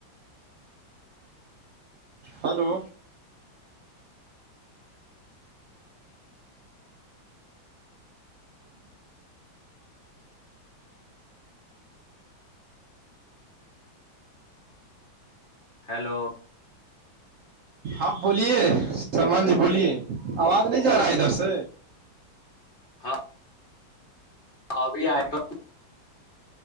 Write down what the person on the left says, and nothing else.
ہیلو
ہاں اورابری آئیٹو